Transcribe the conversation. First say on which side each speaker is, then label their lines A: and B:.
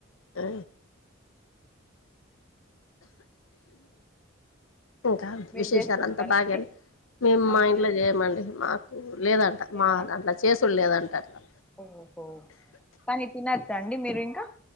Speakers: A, on the left; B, in the centre.
A: ఆ ఇంకా
B: మీరు
A: విశేషాలు
B: చేసుకుంటారా
A: అంతా బాగేనా
B: అండి
A: మేము మా
B: అవునండి
A: ఇంట్లో చేయమండి మాకు లేదంట
B: లేదా
A: మాదంట్లో చేసుడు లేదంట అట్లా
B: ఓహో కానీ తినచ్చా అండి మీరు ఇంకా